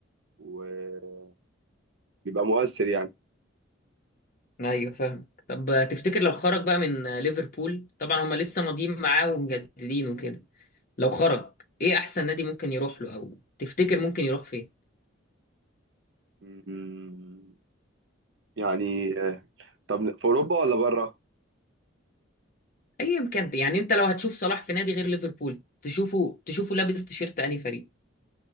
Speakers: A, on the right (about 60°); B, on the left (about 45°).
A: وبيبقى مؤثر يعني
B: ايوه فاهم طب تفتكر لو خرج بقى من ليفربول طبعا هما لسه ماضيين معاه ومجددين وكده لو خرج ايه احسن نادي ممكن يروح له او تفتكر ممكن يروح فين
A: م- يعني آه، طب في اوروبا ولا بره
B: ايا كان يعني انت لو هتشوف صلاح في نادي غير ليفربول تشوفه تشوفه لابس تيشيرت انهي فريق